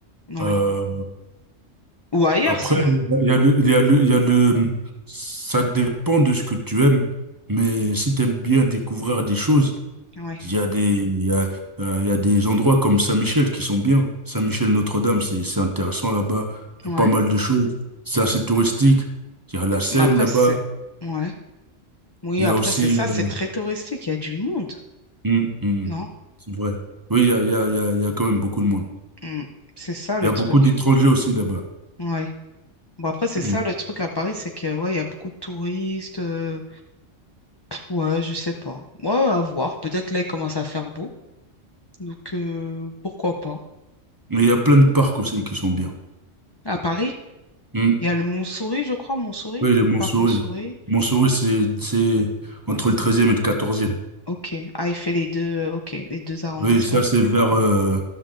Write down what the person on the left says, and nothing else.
oui.
Ou ailleurs
sinon.
Oui,
ouais.
Mais après,
c'est... Ouais. Oui,
après,
c'est ça,
c'est très touristique, il y a du monde,
non?
Mm. C'est ça le
truc.
Ouais. Bon, après, c'est
ça le truc à Paris, c'est que, ouais, il y a beaucoup de touristes. euh, Ouais, je sais pas. Ouais, à voir. Peut-être là, il commence à faire beau. Donc, euh, pourquoi pas?
À Paris,
il y a le Montsouris, je crois, Montsouris,
pas Consouris.
D-
Ok. Ah, il fait les deux, euh, ok, les deux arrondissements.